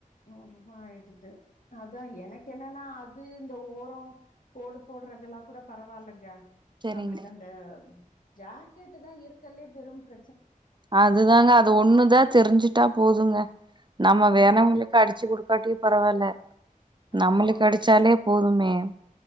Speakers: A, on the left; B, on the right.
A: நூறுரூபா ஆயிடுது அதா எனக்கு என்னன்னா அது இந்த ஓரோ கோடு போடுறதெல்லா கூட பரவாயில்லங்க
B: செரிங்க
A: நம்மளுக்கு அந்த ஜாக்கெட் தா இருக்கலேயே பெரும் பி
B: அதுதாங்க அது ஒண்ணுதா தெரிஞ்சுட்டு ட்டா போதுங்க நம்ம
A: ம்
B: வேரவங்களுக்கு அடிச்சு குடுக்காட்டி பரவாயில்ல
A: ஆமா
B: நம்மளுக்கு அடிச்சாலே போதுமே ஆ